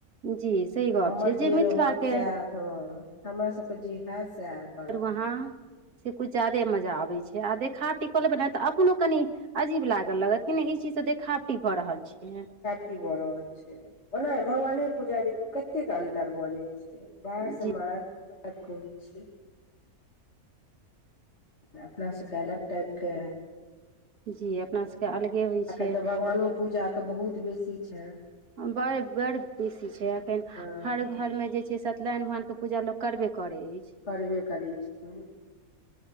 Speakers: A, on the right (about 80°); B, on the left (about 50°).
A: जी सही गप
B: हमर
A: छै
B: जे
A: मिथिलाके
B: रहत साह हँ हमर सबके जे हैत सएह करब
A: आर वहाँ से कुछ ज्यादे मजा आबे छै आ देखाबटिखो लेबै ने तऽ अपनो कनि अजीब लागल लागत कि नहि ई चीजसँ देखावटी भऽ रहल छै
B: ब रहल छै ओना भगवाने पूजा देखियऔ कतेक अंतर भ जाय छै बाहर से
A: जी
B: मार माल कहै छै अपना सबके अलग टाइपके
A: जी अपना सबके अलगे होइ
B: एखन
A: छै
B: तऽ भगवानो पूजाके बहुत बेसी छै
A: बड़ बड़ बेसी छै एखन
B: हँ
A: हर घरमे जे छै सत्यनारायण भगवान पूजा लोग करबे करै अछि
B: करबे करै छै